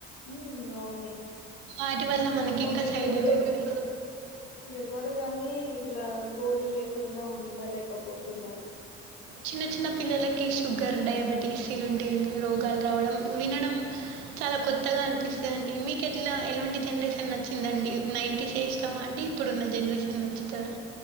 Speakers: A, on the left; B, on the right.
A: ఉమ్, అవును
B: వాటి వల్ల మనకి
A: మొత్తం
B: ఇంకా
A: ఇప్పుడు
B: సైడ్ ఎఫెక్ట్ ఉ
A: ఎవ్వరు గాని ఇట్లా గోలి లేకుండా ఉండలేకపోతున్నారు
B: చిన్న చిన్న పిల్లలకి షుగర్ డయాబెటీస్ ఇలాంటి రోగాలు రావడం వినడం చాలా కొత్తగా అనిపిస్తది అం డి మీకు ఎట్లా ఎలాంటి జనరేషన్ నచ్చిందండి నైంటీసే ఏ ఇష్టమా అండి ఇప్పుడున్న జనరేషన్ నచ్చుతదా